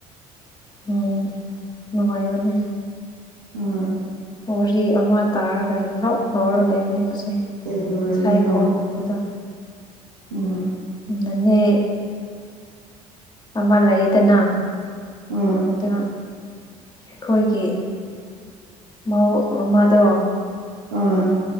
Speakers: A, on the left (about 20°); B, on the right (about 75°).
A: ꯎꯝ ꯅꯨꯡꯉꯥꯏꯕꯅꯦ
B: ꯎ
A: ꯋꯥꯔꯤ ꯑꯃ ꯇꯥꯔꯒ ꯅꯣꯛ ꯉꯧꯔꯒ ꯂꯩꯕꯅꯤ ꯍꯧꯖꯤꯛ
B: ꯀꯔꯤ ꯋꯥꯔꯤꯅꯣ
A: ꯉꯁꯥꯏ ꯀꯣꯜ ꯂꯧꯕꯗꯣ
B: ꯎꯝ
A: ꯅꯅꯦ ꯑꯃ ꯂꯩꯌꯦꯗꯅ
B: ꯎꯝ
A: ꯑꯗ ꯑꯩꯈꯣꯏꯒꯤ ꯃꯧ ꯑꯃꯗꯣ
B: ꯎꯝ